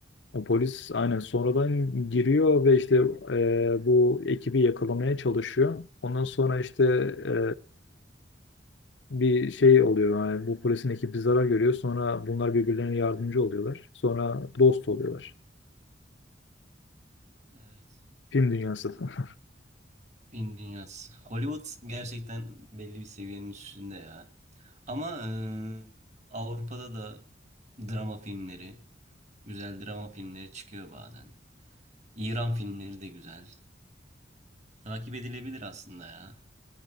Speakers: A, on the left; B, on the right.
A: O polis aynen sonradan giriyor ve işte e, bu ekibi yakalamaya çalışıyor. Ondan sonra işte e, bir şey oluyor. Yani bu polisin ekibi zarar görüyor. Sonra bunlar birbirlerine yardımcı oluyorlar. Sonra dost oluyorlar.
B: Evet.
A: Film dünyası. <laughs>
B: Film dünyası. Hollywood gerçekten belli bir seviyenin üstünde ya. Ama e, Avrupa'da da drama filmleri, güzel drama filmleri çıkıyor bazen. İran filmleri de güzel. Takip edilebilir aslında ya.